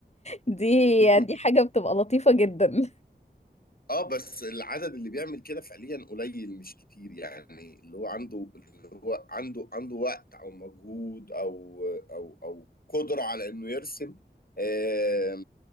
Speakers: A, on the left; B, on the left.
A: دي
B: <laughs>
A: دي حاجة بتبقى لطيفة جدا
B: اه بس العدد اللي بيعمل كده فعليا قليل مش كتير يعني اللي هو عنده اللي هو عنده عنده وقت او مجهود او او او قدرة على انه يرسم آه